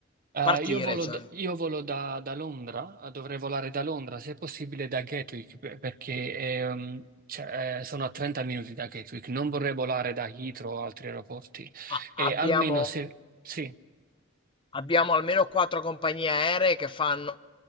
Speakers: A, on the right; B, on the left.
A: eh,
B: Partire,
A: io volo,
B: cioè.
A: d- io volo da, da Londra, eh, dovrei volare da Londra, se è possibile da Gatwick, per- perché ehm, cioè, eh, sono a 30 minuti da Gatwick, non vorrei volare da Heathrow o altri aeroporti.
B: A
A: E
B: abbiamo
A: almeno se... Sì,
B: abbiamo almeno 4 compagnie aeree che fanno